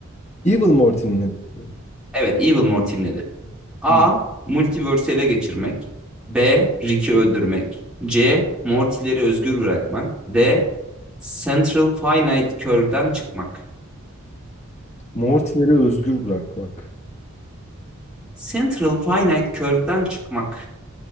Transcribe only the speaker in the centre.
Evet, Evil Morty'nin hedefi. A.
Multiverse'i ele geçirmek. B. Rick'i öldürmek. C. Morty'leri özgür bırakmak. D. Central Finite Curve'den çıkmak.
Central Finite Curve'den çıkmak.